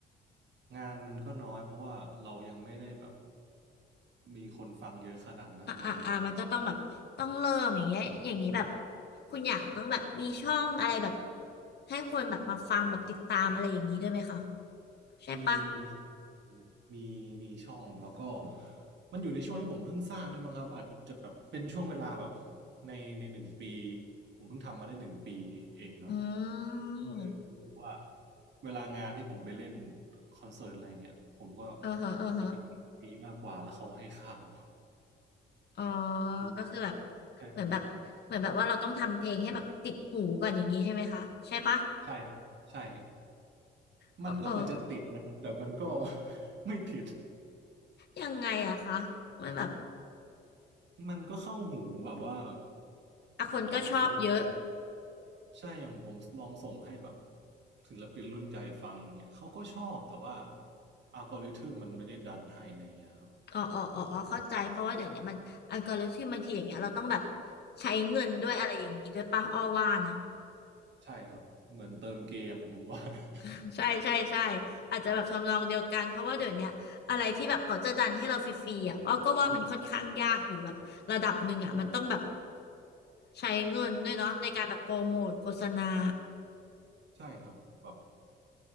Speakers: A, on the right; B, on the left.
A: งานมันก็น้อยเพราะว่าเรายังไม่ได้แบบมีคนฟังเยอะขนาดนั้นอะไรเงี้ยครับ
B: อ่าอ่าอ่ามันก็ต้องแบบต้องเริ่มอย่างเงี้ยอย่างนี้แบบคุณหยางต้องแบบมีช่องอะไรแบบให้คนแบบมาฟังแบบติดตามอะไรอย่างนี้ด้วยไหมคะใช่ปะ
A: มีมีครับมีมีช่องแล้วก็มันอยู่ในช่วงที่ผมเพิ่งสร้างด้วยมั้งครับอาจจะแบบเป็นช่วงเวลาแบบในในหนึ่งปีผมเพิ่งทำมาได้หนึ่งปีเองครับ
B: อืม
A: เออรู้สึกว่าเวลางานที่ผมไปเล่นคอนเสิร์ตอะไรเงี้ยผมก็
B: เออฮะเออฮะ
A: จะเป็นปีมากกว่าแล้วเขาให้ข่าว
B: อ๋อ
A: อืม
B: ก็คือแบบ
A: ใช่
B: เหมือนแบบเหมือนแบบว่าเราต้องทำเพลงให้แบบติดหูก่อนอย่างนี้ใช่ไหมคะใช่ปะ
A: ใช่ครับใช่
B: เออเออ
A: มันก็เหมือนจะติดนะครับแต่มันก็ <laughs> ไม่ติด
B: ยังไงอะคะมันแบบ
A: <laughs> มันก็เข้าหูแบบว่า
B: อ่ะคนก็ชอบเยอะ
A: หลายคนใช่อย่างผมลองส่งให้แบบศิลปินรุ่นใหญ่ฟังเนี่ยเขาก็ชอบแต่ว่าอัลกอริทึมมันไม่ได้ดันให้อะไรเงี้ยครับ
B: อ๋ออ๋ออ๋ออ๋อเข้าใจเพราะว่าเดี๋ยวนี้มันอัลกอริทึมบางทีอย่างเงี้ยเราต้องแบบใช้เงินด้วยอะไรอย่างนี้ด้วยป่ะอ้อว่านะ
A: ใช่ครับเหมือนเติมเกมผมว่านะ
B: <laughs> ใช่ใช่ใช่อาจจะแบบทำนองเดียวกันเพราะว่าเดี๋ยวนี้อะไรที่แบบเขาจะดันให้เราฟรีๆอะอ้อก็ว่ามันค่อนข้างยากอยู่แบบระดับหนึ่งอะมันต้องแบบใช้เงินด้วยเนาะในการแบบโปรโมทโฆษณา
A: ใช่ครับแบบ